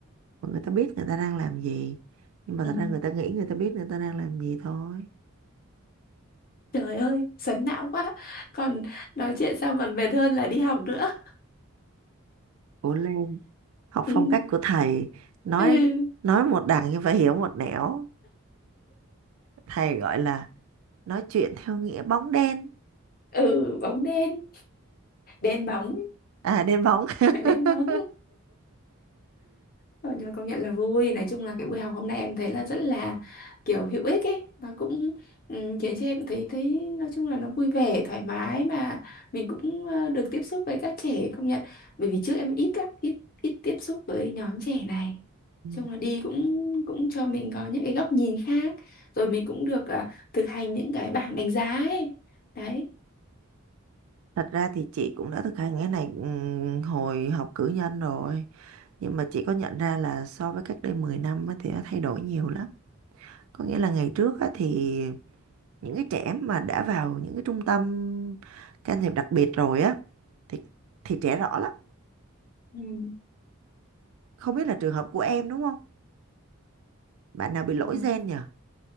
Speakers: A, on the right (about 75°); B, on the left (about 45°).
A: và người ta biết người ta đang làm gì nhưng mà
B: ừ.
A: thật ra người ta nghĩ người ta biết người ta đang làm gì thôi
B: trời ơi sấn não quá còn nói chuyện xong còn mệt hơn là đi học nữa
A: cố lên học
B: ừ.
A: phong cách của thầy nói
B: <laughs> ừ
A: nói một đằng nhưng phải hiểu một nẻo thầy gọi là nói chuyện theo nghĩa bóng đen
B: ừ bóng đen đen bóng
A: à đen bóng <laughs>
B: đen bóng Ờ, nhưng mà công nhận là vui nói chung là cái buổi học hôm nay em thấy là rất là kiểu hữu ích ấy nó cũng ừ, khiến cho em thấy thấy nói chung là nó vui vẻ thoải mái mà mình cũng ờ, được tiếp xúc với các trẻ công nhận bởi vì trước em ít lắm ít ít tiếp xúc với nhóm trẻ này nói
A: Ừ.
B: chung là đi cũng cũng cho mình có những cái góc nhìn khác rồi mình cũng được ờ, thực hành những cái bảng đánh giá ấy đấy
A: thật ra thì chị cũng đã thực hành cái này ừm, hồi học cử nhân rồi nhưng mà chị có nhận ra là so với cách đây 10 năm á thì nó thay đổi nhiều lắm có nghĩa là ngày trước á thì những cái trẻ mà đã vào những cái trung tâm can thiệp đặc biệt rồi á thì thì trẻ rõ lắm
B: ừ.
A: không biết là trường hợp của em đúng không bạn nào bị lỗi
B: Ờ,
A: gen nhỉ